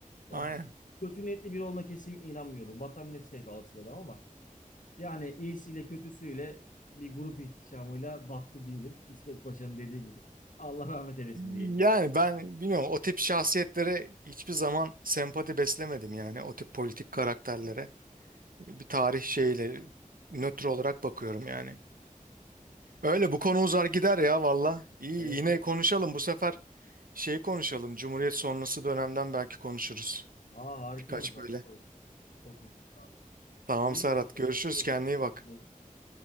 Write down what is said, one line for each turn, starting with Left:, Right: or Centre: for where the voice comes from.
Left: Ya,
Right: Aynen.
Left: kötü niyetli biri olduğuna kesinlikle inanmıyorum. Vatan millet sevdalısı bir adam ama yani iyisiyle kötüsüyle bir grup ihtişamıyla battı diyelim. İsmet Paşa'nın dediği gibi. Allah rahmet eylesin diyelim.
Right: Yani ben bilmiyorum o tip şahsiyetlere hiçbir zaman sempati beslemedim yani o tip politik karakterlere. Bir tarih şeyiyle nötr olarak bakıyorum yani. Öyle bu konu uzar gider ya valla. İyi
Left: Evet
Right: yine
Left: evet.
Right: konuşalım bu sefer şey konuşalım. Cumhuriyet sonrası dönemden belki konuşuruz.
Left: Aa, harika
Right: Birkaç
Left: olur harika
Right: böyle.
Left: olur. Çok güzel abi.
Right: Tamam
Left: İyi
Right: Serhat
Left: bakın. Teşekkür
Right: görüşürüz
Left: ederim.
Right: kendine iyi bak.
Left: Hadi görüşürüz.